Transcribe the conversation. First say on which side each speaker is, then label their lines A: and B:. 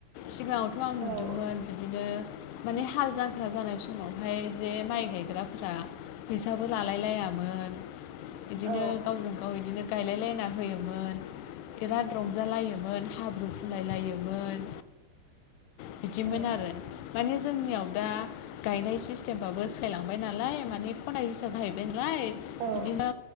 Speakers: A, on the left; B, on the right.
A: सिगाङावथ' आं नुदोंमोन
B: औ
A: बिदिनो माने हाल जख्रा जानाय समावहाय जे माइ गायग्राफोरा फैसाबो लालाय लायामोन बिदिनो
B: औ
A: गावजों गाव बिदिनो गायलायलायना होयोमोन बिराद रंजालायोमोन हाब्रु खुलाय लायोमोन बिदिमोन
B: औ
A: आरो मानिे जोंनियाव दा गायनाय सिस्टेमबाबो सायलांबाय नालाय माने खन्थ हिसाबाहैबाय नालाय
B: औ
A: बिदिनो